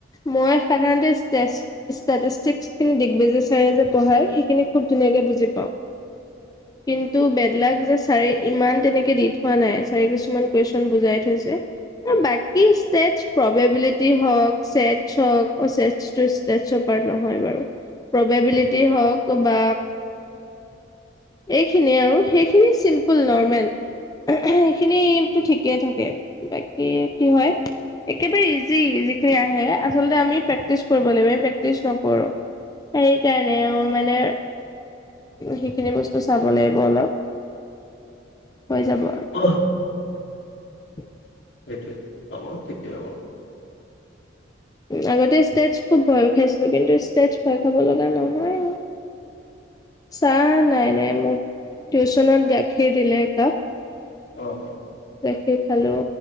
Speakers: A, on the left; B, on the left.
A: মই সাধাৰণতে ষ্টষ্টিক খিনি দিগ্বজয় ছাৰে যে পঢ়ায় <unintelligible> ধুনীয়াকে বুজি পাওঁ। কিন্তু বেদলাক যে ছাৰে ইমান তেনেকে দি থোৱা নাই ছাৰে কিছুমান কুৱেশন বুজাই থৈছে আৰু বাকী টেচপ্ৰববিলিটি হওঁক চেচ হওক অহ চেচটো ইচটেচৰ পাৰ্ট নহয় বাৰু। প্ৰববিলিটি হওক বা এইখিনিয় আৰু সেইখিনি চিম্পুল নৰ্মেল সেইখিনিটো ঠিকেই থাকে বাকী কি হয় একেবাৰে ইজি যিখিনি আহে আচল আমি প্ৰেক্টিচ কৰিব লাগিব প্ৰেক্টিচ নকৰো, সেই কাৰণে মানে সেইখিনি বস্তু চাব লাগিব, অলপ হৈ যাব আৰু
B: উহ
A: <unintelligible>
B: সেইটোৱে, হ'ব ঠিকে অহ
A: আগতে ষ্টেজ খুব ভয় খাইছিলো কিন্তু ষ্টেজ ভয় খাব লগা নহয় চাহ নাই নাই মোক টিউচনত গাখীৰ দিলে একাপ
B: অহ অহ
A: গাখীৰ খালো